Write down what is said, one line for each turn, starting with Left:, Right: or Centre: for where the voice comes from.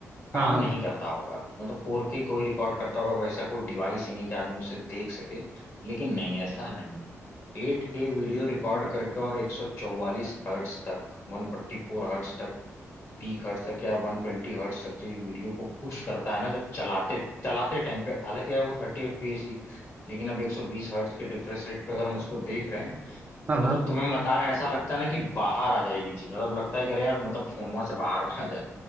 Left: काम
Right: हाँ हाँ
Left: नहीं करता होगा मतलब फोर के कोई रिकॉर्ड करता होगा वैसा कोई डिवाइस ही नहीं कि आदमी उसे देख सके लेकिन नहीं ऐसा नहीं है एट के वीडियो रिकॉर्ड करके और एक सौ चौवालीस हर्ट्स तक वन फोर्टी फोर हर्ट्स तक पीक हर्ट्स तक या वन ट्वेंटी हर्ट्स तक जो ये वीडियो को पुश करता है ना जब चलाते चलाते टाइम पे हालांकि है वो थर्टी एफपीएस ही लेकिन अब एक सौ बीस हर्ट्स के रिफ्रेश रेट पे अगर हम उसको देख रहे हैं
Right: हाँ
Left: तो
Right: हाँ
Left: मतलब तुम्हें बता रहे हैं ऐसा लगता है ना कि बाहर आ जाएगी चीज मतलब लगता है कि अरे यार मतलब फोन वहां से बाहर ना आ जाए